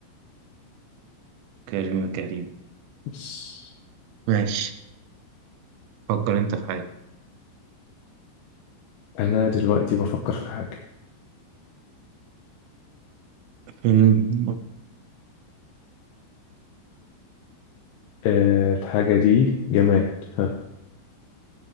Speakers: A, on the right (about 85°); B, on the left (about 70°).
A: كريم كريم
B: بس
A: ماشي فكر أنت في حاجة
B: أنا دلوقتي بفكر في حاجة
A: فيلم
B: أه الحاجة دي جماد ها